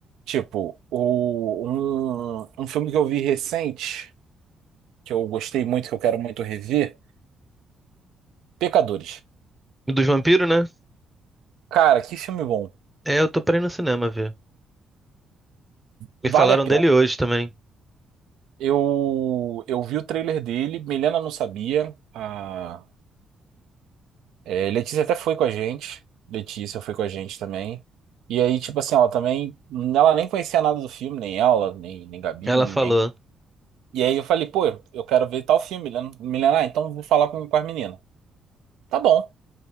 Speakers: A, on the right (about 80°); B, in the centre.
A: Tipo, o, um, um filme que eu vi recente, que eu gostei muito, que eu quero muito rever, Pecadores.
B: Dos vampiros, né?
A: Cara, que filme bom.
B: É, eu tô pra ir no cinema ver.
A: Vale
B: Me falaram
A: a pena.
B: dele hoje também.
A: Eu, eu vi o trailer dele, Milena não sabia. A, é, Letícia até foi com a gente. Letícia foi com a gente também. E aí, tipo assim, ela também. Ela nem conhecia nada do filme, nem ela, nem, nem Gabi,
B: Ela
A: nem
B: falou.
A: ninguém. E aí eu falei, pô, eu quero ver tal filme, Milena. Milena, ah, então vou falar com, com as meninas. Tá bom.